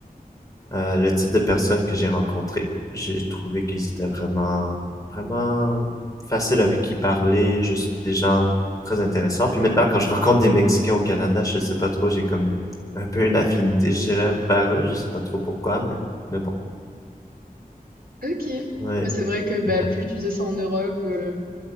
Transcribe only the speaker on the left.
euh, le type de personnes que j'ai rencontrées. J'ai trouvé qu'ils étaient vraiment, vraiment faciles avec qui parler, juste des gens très intéressants. Puis maintenant, quand je rencontre des Mexicains au Canada, je sais pas trop, j'ai comme un peu une affinité, je dirais, vers eux. Je sais pas trop pourquoi, mais, mais bon.
Ouais,
ouais.